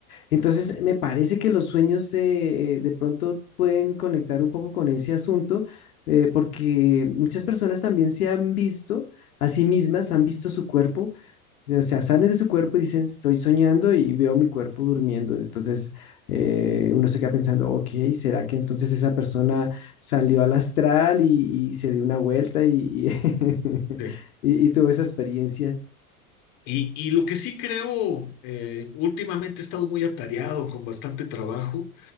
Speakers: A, on the left; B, on the left.
A: Entonces, me parece que los sueños eh, de pronto pueden conectar un poco con ese asunto, eh, porque muchas personas también se han visto a sí mismas, han visto su cuerpo, o sea, salen de su cuerpo y dicen, estoy soñando y veo mi cuerpo durmiendo. Entonces, eh, uno se queda pensando, ok, ¿será que entonces esa persona salió al astral y, y se dio una vuelta y, y, <laughs>
B: sí.
A: y- y tuvo esa experiencia?
B: Y, y lo que sí creo, eh, últimamente he estado muy atareado con bastante trabajo